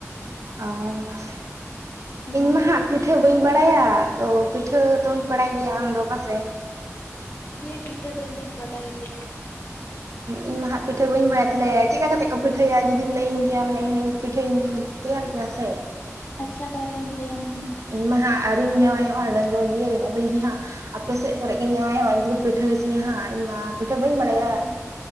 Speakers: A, on the right (about 75°); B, on the left (about 45°).
A: ᱟᱨ
B: ᱚᱱᱟ
A: ᱤᱧ ᱢᱟ
B: ᱜᱮᱞᱮ
A: ᱦᱟᱸᱜ ᱯᱤᱴᱷᱟᱹ ᱵᱟᱹᱧ
B: ᱵᱟᱲᱟ
A: ᱵᱟᱲᱟᱭᱟ,
B: ᱠᱮᱫᱟ
A: ᱫᱚ ᱯᱤᱴᱷᱟᱹ ᱛᱚᱢ ᱵᱟᱲᱟᱭ ᱜᱮᱭᱟ ᱟᱢᱫᱚ ᱵᱟᱝ ᱯᱟᱥᱮ?
B: ᱦᱮᱸ ᱯᱤᱴᱷᱟᱹ ᱫᱚ ᱤᱧ ᱫᱚᱧ ᱵᱟᱰᱟᱭ ᱜᱮᱭᱟ᱾
A: ᱤᱧ ᱢᱟ ᱦᱟᱸᱜ ᱯᱤᱴᱷᱟᱹ ᱵᱟᱹᱧ ᱵᱟᱲᱟᱭᱟ ᱛᱟᱦᱚᱞᱮ ᱪᱮᱫ ᱠᱟ ᱠᱟᱛᱮ ᱠᱚ ᱯᱤᱴᱷᱟᱹᱭᱟ ᱡᱩᱫᱤᱢ ᱞᱟᱹᱭᱟᱹᱧ ᱠᱮᱭᱟᱢ ᱤᱧ ᱦᱚᱸ ᱯᱤᱴᱷᱟᱹᱧ ᱛᱮᱭᱟᱨ ᱠᱮᱭᱟ ᱥᱮ᱾
B: ᱟᱪᱪᱷᱟ ᱛᱟᱦᱚᱞᱮᱧ ᱞᱟᱹᱭ ᱟᱢ ᱠᱟᱱᱟ᱾
A: ᱤᱧ ᱢᱟ ᱦᱟᱸᱜ ᱟᱣᱨᱤᱧ ᱡᱟᱶᱟᱭᱚᱜᱼᱟ ᱰᱟᱜᱩᱣᱟᱹ ᱜᱤᱭᱟᱹᱧ ᱟᱫᱚ ᱡᱩᱫᱤ ᱦᱟᱸᱜ ᱟᱯᱮ ᱥᱮᱫ ᱠᱚᱨᱮᱜ ᱜᱮᱧ ᱡᱟᱶᱟᱭ ᱚᱜ ᱩᱱᱫᱚ ᱯᱤᱴᱷᱟᱹ ᱦᱚᱪᱤᱧᱟ ᱦᱟᱸᱜ, ᱤᱧ ᱢᱟ ᱯᱤᱴᱷᱟᱹ ᱵᱟᱹᱧ ᱵᱟᱲᱟᱭᱟ
B: ᱦᱳᱭ ᱦᱳᱭ